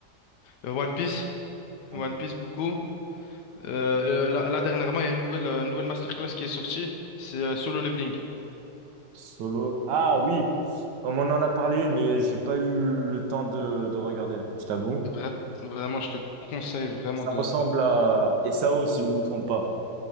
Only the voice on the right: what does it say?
Ouais.
Solo. Ah oui, on m'en en a parlé, mais j'ai pas eu le temps de, de regarder, je t'avoue.
Ça
ressemble à et ça aussi, je ne me trompe pas.